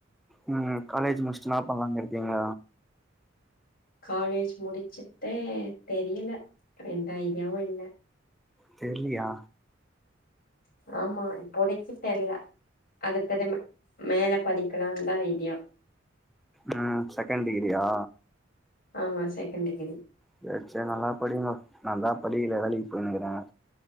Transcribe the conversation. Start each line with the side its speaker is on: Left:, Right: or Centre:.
Centre: ம் காலேஜ் முடிச்சுட்டு என்ன பண்லானு இருக்கீங்க
Left: காலேஜ் முடிச்சுட்டு தெரியல எந்த ஐடியாவு இல்ல
Centre: தெர்லியா
Left: ஆமா இப்போதைக்கு தெர்ல அடுத்தது மே மேல படிக்கலான் தா ஐடியா
Centre: ம் செகண்ட் டிகிரியா
Left: ஆமா செகண்ட் டிகிரி
Centre: சேர் சேர் நல்லா படி மா நாந்தா படிக்கல வேலைக்கு போயின்னுக்குற